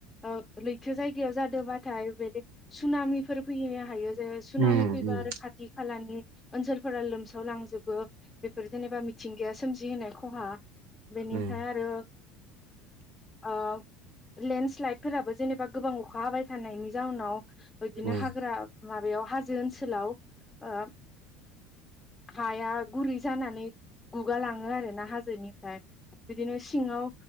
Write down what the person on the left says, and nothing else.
ओ लैथो जायगायाव जादोंबाथाय बेदि सुनामि फोर फैनो हायो। सुनामि
फैबा
आरो खालानि ओनसोलफोरा लोमसाव लांजोबो बेफोर जेनेबा मिथिंगाया सोमजिहोनाय खहा बेनिफ्राय
आरो ओ लेन्ड स्लाइदफोराबो जेनेबा गोबां अखा हाबाय थानायनि जाहोनाव बिदिनो
हाग्रा माबायाव हाजो ओनसोलाव ओ हाया गुरै जानानै गुगालाङो आरोना हाजोनि फ्राय बिदिनो सिङाव